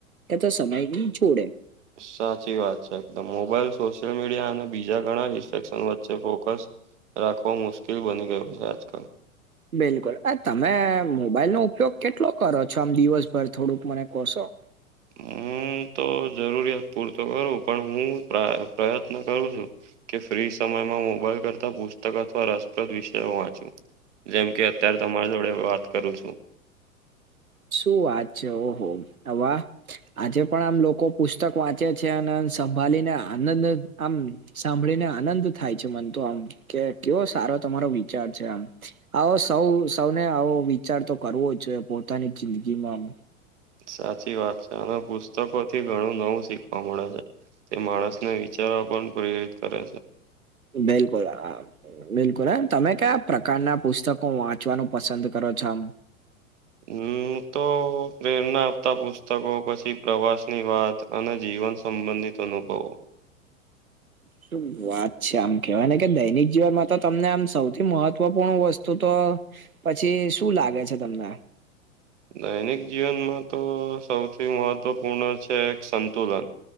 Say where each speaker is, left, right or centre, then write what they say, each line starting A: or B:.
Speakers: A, on the right; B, on the right.
A: એ તો સમય જોડે.
B: સાચી વાત છે એકદ મોબાઈલ સોશિયલ મીડિયા અને બીજા ઘણા ડિસ્ટક્શન વચ્ચે ફોકસ રાખવો મુશ્કેલ બની ગયો છે આજકાલ.
A: બિલકુલ આ તમે મોબાઈલ નો ઉપયોગ કેટલો કરો છો આમ દિવસભર થોડુંક મને કેશો? <inaudible>
B: હમ તો જરૂરિયાત પૂરતો કરું પણ હું પ્ર પ્રયત્ન કરું છું. કે ફ્રી સમયમાં મોબાઈલ કરતા પુસ્તક અથવા રસપ્રદ વિષયો વાંચુ. જેમ કે અત્યારે તમારા જોડે વાત કરું છું.
A: શું વાત છે, ઓહો હ વાહ. આજે પણ આમ લોકો પુસ્તક વાંચે છે અને સંભાળીને આનંદ આમ સાંભળીને આનંદ થાય છે મન તો આમ કે કેવો સારો તમારો વી ચાર છે આ આવો સૌ સૌને આવો વિચાર તો કરવો જઈએ પો તાની જિંદગીમાં.
B: સાચી વાત છે અને પુસ્તકો થી ઘણું નવું શીખવા મળે છે. તે માણસને વિચારવા પણ પ્રેરિત કરે છે.
A: બિલકુલ હા બિલકુલ હમ તમે કયા પ્રકારના પુસ્તકો વાંચવાનું પસંદ કરો છો આમ-
B: હમ તો પ્રેરણા આપતા પુસ્તકો પછી- પ્રવાસની વાત અને જીવન સંબંધિત અનુભવો-
A: શું વાત છે આમ કેવાય ને કે દૈનિક જીવનમાં તો તમને આમ સૌથી મહત્વપૂર્ણ વસ્તુ- ત તો પછી શું લાગે છે તમને-
B: દૈનિક જીવનમાં તો સૌથી મહત્વપૂર્ણ છે સંતુલન-